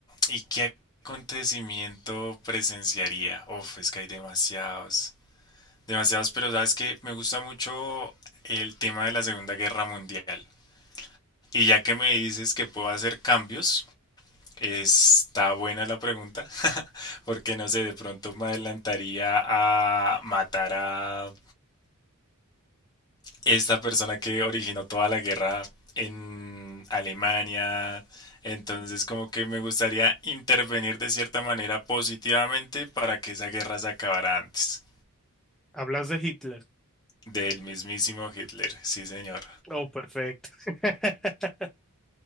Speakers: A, on the left (about 20°); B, in the centre.
A: ¿Y qué acontecimiento presenciaría? Uf, es que hay demasiados, demasiados, pero sabes que me gusta mucho el tema de la Segunda Guerra Mundial. Y ya que me dices que puedo hacer cambios, está buena la pregunta, porque no sé, de pronto me adelantaría a matar a esta persona que originó toda la guerra en Alemania. Entonces, como que me gustaría intervenir de cierta manera positivamente para que esa guerra se acabara antes
B: ¿Hablas de Hitler?
A: del mismísimo Hitler. Sí, señor.
B: Oh, perfecto. <laughs>